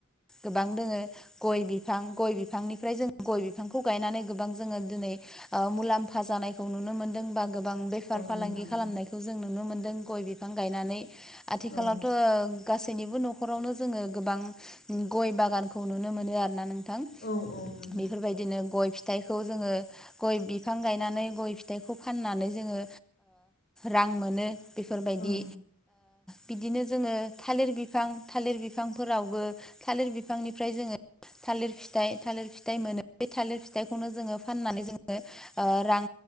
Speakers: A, in the centre; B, on the left (about 45°).
A: गोबां दोङो गय बिफां गय बिफांनिफ्राय जों गय बिफांखौ गायनानै गोबां जोङो दिनै ओ मुलाम्फा जानायखौ नुनो मोनदों बा गोबां बेफार फालांगि
B: नोंथां
A: खालामनायखौ जों नुनो मोनदों गय बिफां गायनानै आथिखालावथ'
B: औ
A: गासैनिबो न'खरावनो जोङो गोबां गय बागानखौ नुनो मोनो आरो ना नोंथां
B: औ औ उम,
A: बेफोरबायदिनो गय फिथाइ जोङो गय बिफां गायनानै गय फिथाइखौ फाननानै जोङो रां मोनो बेफोरबायदि
B: औ नोंथां औ नोंथां औ
A: बिदिनो जोङो थालिर बिफां थालिर बिफांफोरावबो थालिर बिफांनिफ्राय जोङो थालिर फिथाइ थालिर फिथाइ मोनो बे थालिर फिथाइखौनो जोङो फाननानै जोङो ओ रां